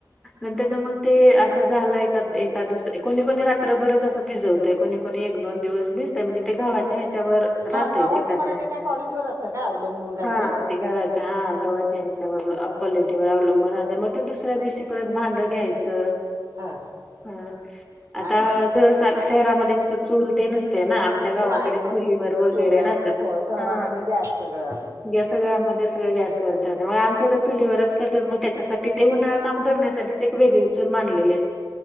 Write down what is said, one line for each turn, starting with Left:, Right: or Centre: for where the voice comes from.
Centre: नंतर न मग ते आसं झालंय काय <unintelligible> कोणी कोणी रात्रभरच आस <unintelligible> कोणी कोणी एक दोन दिवस भिजतय म्हणजे ते गव्हाच्या हेग च्या वर
Right: हा
Centre: राहतय
Right: गव्हाच्या
Centre: चिकाच्या
Right: मला वाटतं
Centre: हेच्यावर
Right: काय क्वालिटीवर असतं काय अवलंबून काय
Centre: हा ते घराच्या हा गव्हाच्या हेच्यावर कॉलिटीवर आवलंब राह मग ते दुसऱ्या दिवशी परत भांड घ्यायचं.
Right: हा
Centre: हा आता
Right: आणि
Centre: सरळ सा मिक्सरामध्ये तेन स्वच्छ <unintelligible> ते ना आमच्या गावाकडे
Right: नाही अ,
Centre: चुलीवर वगैरे
Right: चुल्या
Centre: राखत
Right: असतात हो शहरामध्ये
Centre: हा
Right: गॅस सगळं
Centre: या सगळ्यामध् ते सगळं गॅसवरच हाय त्यामुळ आमच्या इथं चुलीवरच करत मग तेच्यासाठी ते उन्हाळ काम करण्यासाठीच एक वगळी चूल मांडलेली आस